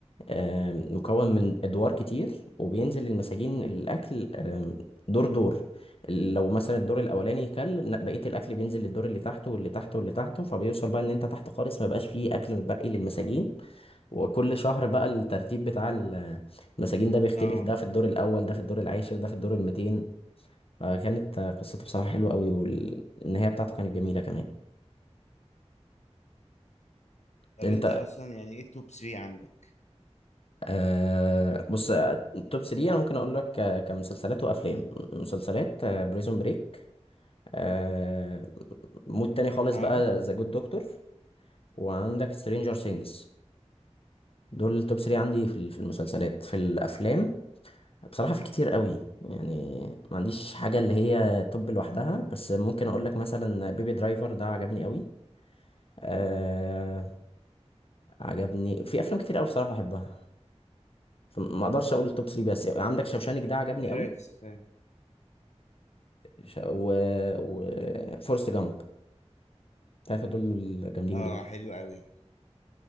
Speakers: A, on the left; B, on the left.
A: آه مكون من ادوار كتير وبينزل للمساجين الاكل آه دور دور لو مثلا الدور الاولاني كل لا، بقية الاكل بينزل للدور اللي تحته واللي تحته واللي تحته فبيوصل بقى ان انت تحت خالص ما بقاش فيه اكل متبقي للمساجين وكل شهر بقى الترتيب بتاع ال- المساجين ده بيختلف
B: اه
A: ده في الدور الأول ده في الدور العاشر ده في الدور الميتين فكانت آه، قصته بصراحة حلوة قوي والنهاية بتاعته كانت جميلة كمان
B: طب
A: انت
B: انت اصلا يعني ايه التوب 3 عندك
A: آه بص آه، التوب 3 انا ممكن اقول لك آه، كمسلسلات وافلام م- مسلسلات بريزون بريك آه مود تاني خالص
B: اه
A: بقى ذا جود دكتور وعندك سترينجر سينجز دول التوب 3 عندي في ال- في المسلسلات في الافلام بصراحة في كتير قوي يعني ما عنديش حاجة اللي هي توب لوحدها بس ممكن اقول لك مثلا بيبي درايفر ده عجبني قوي أه عجبني في افلام كتير قوي بصراحة بحبها فما اقدرش اقول التوب 3 بس عندك شوشانك ده عجبني
B: ايه
A: قوي
B: رايك في السفاح؟
A: ش... و... و... فورست جامب الثلاثة دول جامدين
B: اه
A: جدا
B: حلو قوي